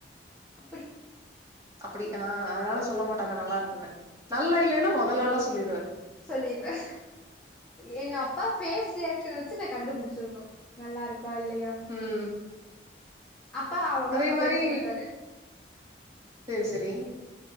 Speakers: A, in the centre; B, on the right.
A: அப்புடி
B: அப்புடி ஆ அதனால சொல்லமாட்டாங்க நல்லா இருக்குன்னு நல்லா இல்லன்னா மொதல் ஆளா சொல்லிடுவாரு
A: சொல்லிருவே ஏ அப் பா ஃபேஸ் ரியாக்ஷன் வச்சு நா கண்டுபிடிச்சிரனு நல்லா இருக்கா இல்லையானு
B: ம்
A: அப்ப அவ்வளோக்கா
B: அதே மாரி
A: பேசமாட்டாரு
B: சேரி சேரி